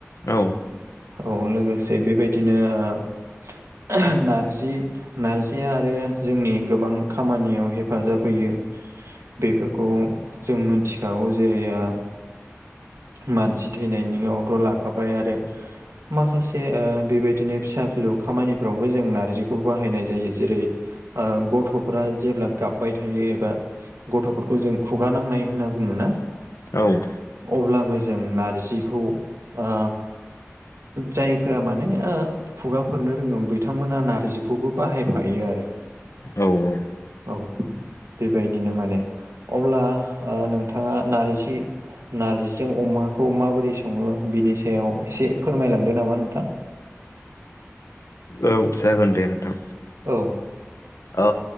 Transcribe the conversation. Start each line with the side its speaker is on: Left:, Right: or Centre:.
Left: औ
Right: औ लोगोसे बेबायदिनो ओ नारजि नारजिया आरो जोंनि गोबां खामानियाव हेफाजाब होयो बेफोरखौ जों मिथिखागौ जेरै ओ मानसि थैनायनियावथ' लाखाबाय आरो माखासे ओ बेबायदिनो फिसा लु खामानिफ्रावबो जों नारजिखौ बाहायनाय जायो जेरै ओ गथ'फोरा जेब्ला गाबबाय थायो एबा गथ'फोरखौ जों खुगा नांनाय होनना बुङोना
Left: औ
Right: अब्लाबो जों नारजिखौ ओ जायफोरा माने ओ खुगाफोरनो रोङो बिथांमोना नारजिखौबो बाहायफायो आरो
Left: औ औ
Right: औ बेबायदिनो माने अब्ला ओ नोंथाङा नारजि नारजिजों अमाखौ माबोरै सङो बिनि सायाव एसे फोरमायलांदो नामा नोंथां
Left: औ जागोन दे नोंथां
Right: औ
Left: ओ